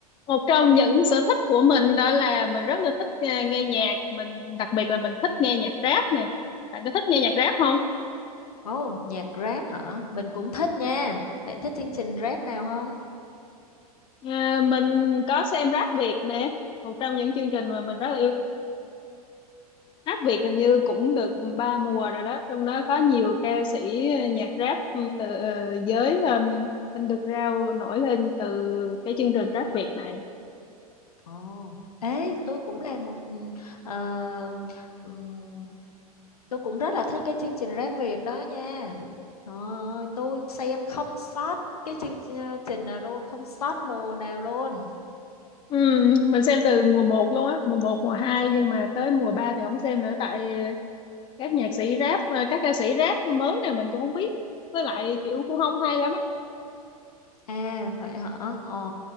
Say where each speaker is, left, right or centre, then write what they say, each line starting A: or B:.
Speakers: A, on the left (about 25°); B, on the left (about 75°).
A: Một trong những sở thích của mình đó là mình rất là thích nghe, nghe nhạc, mình đặc biệt là mình thích nghe nhạc rap nè. Bạn có thích nghe nhạc rap không?
B: Ồ, nhạc rap hả? Mình cũng thích nha. Bạn thích chương trình rap nào không?
A: À, mình có xem Rap Việt nè, một trong những chương trình mà mình rất là yêu. Rap Việt hình như cũng được ba mùa rồi đó, trong đó có nhiều ca sĩ nhạc rap ừ, từ ờ, giới um, underground nổi lên từ cái chương trình Rap Việt này.
B: Ồ, ê, tôi cũng là một ừ, ờ, ừm, tôi cũng rất là thích cái chương trình rap Việt đó nha. Trời ơi, tôi xem không sót cái chương ờ, trình nào luôn, không sót mùa nào luôn.
A: Ừm, mình xem từ mùa một luôn á, mùa một, mùa 2 nhưng mà tới mùa 3 thì không xem nữa tại các nhạc sĩ rap và các ca sĩ rap mới này mình cũng không biết với lại kiểu cũng không hay lắm á
B: À vậy hả? Ờ,